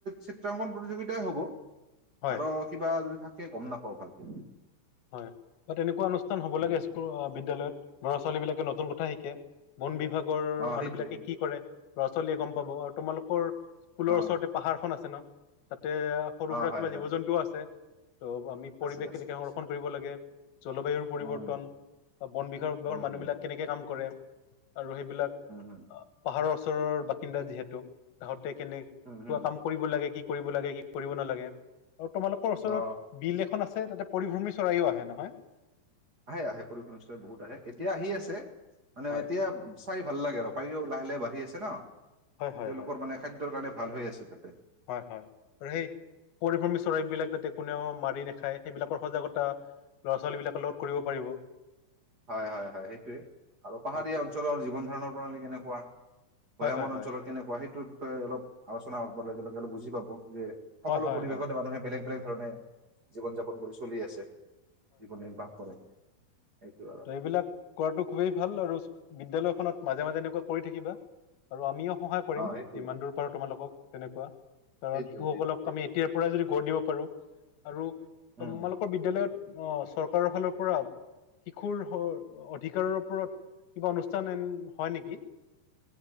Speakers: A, on the right; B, on the left.
A: চিত্ৰাংকন প্ৰতিযোগিতাই হ'ব।
B: হয়
A: আৰু কিবা যদি থাক কে গম নাপাওঁ ভালকে
B: হয় বা তেনেকুৱা অনুষ্ঠ নুষ্ঠান হ'ব
A: সেইটো
B: লাগে স্কুল অ বিদ্যালয়ত ল'ৰা ছোৱালী বিলাকে নতুন ঠা শিকে বন বিভাগ গৰ
A: অ
B: মানুহ
A: সেইটোৱে
B: বিলাকে
A: সেইটোৱে
B: কি কৰে। ল'ৰা ছোৱালীয়ে গম পাব আৰু তোমালোকৰ স্কুলৰ ওচৰতে
A: অ
B: পাহাৰ খন আছে ন। তে সৰু
A: অ
B: সুৰা
A: হয়
B: কিবা
A: হয়
B: জীৱ জন্তুও আছে। ত' আমি পৰিৱেশ
A: আছে আছে
B: কেনেকে সংৰ
A: আছে
B: ক্ষণ কৰিব লাগে জলবায়ুৰ পৰিৱৰ্তন।
A: উম
B: বন বিভাগৰ
A: উম
B: মানুহ
A: হম
B: বিলাক কেনেকে কাম কৰে। আৰু সেইবিলাক
A: উম হম
B: পাহাৰৰ ওচৰৰ বাসিন্দা যিহেতু তাহত তে কেনেকোৱা
A: উম হম
B: কাম কৰিব লাগে কি কৰিব লাগে কি কৰিব নালাগে। আৰু তোমালোকৰ ওচৰত
A: অ
B: বিল এখন আছে তাতে পৰিভ্ৰমী চৰাইও আহে নহয়?
A: আহে আহে পৰিভ্ৰমী চৰাই বহুত আহে এতিয়া আহি আছে, মানে
B: হয়
A: এতিয়া চাই ভাল লাগে আৰু পাৰি লাহ ফালে বাঢ়ি আছে ন?
B: হয় হয়
A: তেওঁলোকৰ
B: হয়
A: মানে খাদ্যৰ কাৰণে ভাল হৈ আছিলো।
B: হয় হয়, আৰু সেই পৰিভ্ৰমী চৰাইবিলাক যাতে কোনেও মাৰি নাখায় সেইবিলাকৰ সজাগত তো ল'ৰা-ছোৱালীবিলাকৰ লগত কৰিব পাৰিব।
A: হয় হয় হয় সেইটোৱে, আৰু পাহাৰীয়া
B: সেইটোৱে
A: অঞ্চলৰ জীৱন- ধাৰণৰ প্ৰণালী কেনেকুৱা? ভৈয়ামৰ
B: হয় হয় হয়
A: অঞ্চলৰ কেনেকুৱা, সেইটোৰ বিষয়ে অলপ আলোচনা হব <unintelligible> বুজি পাব। যে
B: হয়
A: সকলো
B: হয়
A: পৰিৱেশতে
B: হয়
A: মানুহে বেলেগ বেলেগ ধৰণে জীৱন-যাপন কৰি চলি আছে। জীৱন নিৰ্বাহ কৰে। সেইটো আৰু
B: তো এইবিলাক কৰাটো খুবেই ভাল আৰু স্কু- বিদ্যালয়খনত মাজে মাজে এনেকুৱা কৰি থাকিবা আৰু আমিও সহায় কৰিম
A: অ সেইটোৱে
B: যিমান দূৰ পাৰো তোমালোকক তেনেকুৱা কাৰণ
A: সেইটোৱে
B: শিশুসকলক
A: সেইটোৱে সেইটোৱে।
B: আমি এতিয়াৰ পৰাই যদি গঢ় দিব পাৰোঁ। আৰু তোমালোকৰ
A: উম।
B: বিদ্যালয়ত অ' চৰকাৰৰ ফালৰ পৰা শিশুৰ-হোৰ অধিকাৰৰ ওপৰত কিবা অনুষ্ঠান এন হয় নেকি?